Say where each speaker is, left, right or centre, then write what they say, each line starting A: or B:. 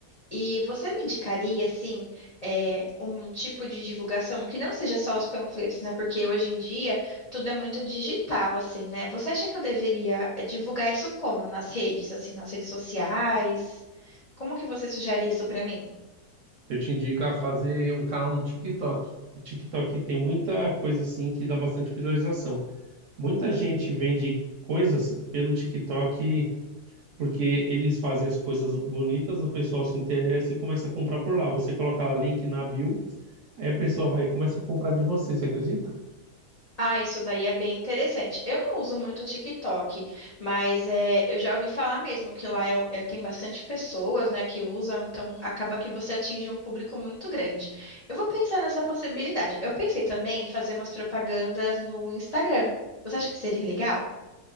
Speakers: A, on the left; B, on the right.
A: E você me indicaria, assim, eh, um tipo de divulgação que não seja só os panfletos, né? Porque hoje em dia tudo é muito digital, assim, né? Você acha que eu deveria eh, divulgar isso como? Nas redes, assim, nas redes sociais? Como que você sugere isso pra mim?
B: Eu te indico a fazer um canal no TikTok. O TikTok tem muita coisa assim que dá bastante visualização. Muita gente vende coisas pelo TikTok porque eles fazem as coisas bonitas, o pessoal se interessa e começa a comprar por lá. Você coloca lá link na bio, aí a pessoa vai e começa a comprar de você, você acredita?
A: Ah, isso daí é bem interessante. Eu não uso muito o TikTok, mas é, eu já ouvi falar mesmo que lá é- é- tem bastante pessoas, né, que usam, então acaba que você atinge um público muito grande. Eu vou pensar nessa possibilidade. Eu pensei também em fazer umas propagandas no Instagram. Você acha que seria legal?